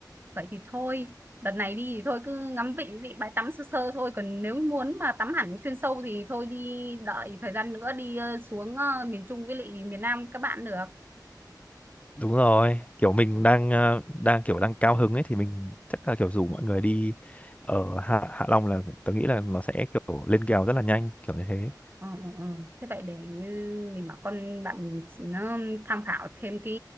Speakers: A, on the right; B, on the left.
A: vậy thì thôi đợt này đi thì thôi cứ ngắm vịnh với lại bãi tắm sơ sơ thôi còn nếu muốn mà tắm hẳn chuyên sâu thì thôi đi đợi thời gian nữa đi ờ, xuống ờ, miền Trung với lại miền Nam các bạn được
B: Đúng rồi, kiểu mình đang ờ, đang kiểu đang cao hứng ấy thì mình chắc là kiểu rủ mọi người đi ở Hạ Hạ Long là tớ nghĩ là nó sẽ kiểu lên kèo rất là nhanh kiểu như thế.
A: ừ, ừ, ừ. thế vậy để ừ, mình bảo con bạn mình nó tham khảo thêm cái